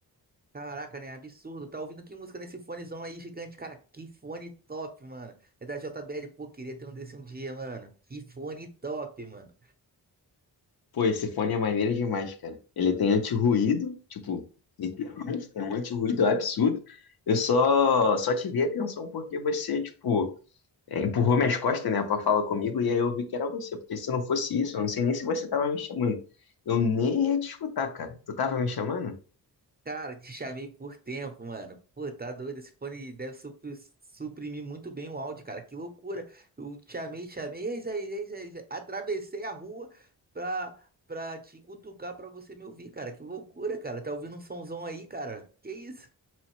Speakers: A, on the right (about 25°); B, on the left (about 65°).
A: Caraca, né? Absurdo. Tá ouvindo que música nesse fonezão aí gigante, cara? Que fone top, mano. É da J JBL, pô, queria ter um desse um dia, mano. Que fone top, mano.
B: Pô, esse fone é maneiro demais, cara. Ele tem anti-ruído, tipo, literalmente, tem um anti-ruído absurdo. Eu só, só te dei atenção porque você, tipo, é, empurrou minhas costas, né, pra falar comigo e aí eu vi que era você. Porque se não fosse isso, eu não sei nem se você tava me chamando. Eu nem ia te escutar, cara. Tu tava me chamando?
A: Cara, te chamei por tempo, mano. Pô, tá doido? Esse fone deve supri- suprimir muito bem o áudio, cara. Que loucura. Eu te chamei, te chamei. É isso aí, é isso aí. é isso aí. Atravessei a rua pra, pra te cutucar pra você me ouvir, cara. Que loucura, cara. Tá ouvindo um somzão aí, cara? Que isso?